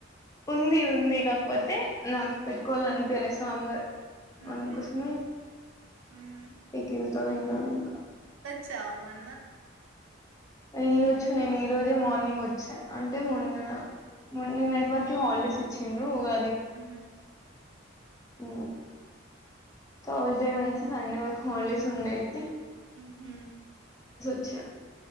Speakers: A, on the left (about 15°); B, on the right (about 80°).
A: ఉంది ఉంది కాకపోతే నాకు పెట్టుకోవాలి అనిపియాలే సాంబార్
B: ఉహు
A: అందుకోసమే <unintelligible>
B: ఉహు చామన
A: అ ఏల్ళొచ్చు నేను ఈ రోజే మార్నింగ్ వచ్చా అంటే మొన్న మార్నింగ్ నెట్వర్క్ హల్డేస్ చ్చిండ్రు ఉగా
B: ఆ
A: ఆ సోస్డే నుంచి సండే వరకు హోల్డేస్ ఉండే అయితే
B: ఉహు
A: చా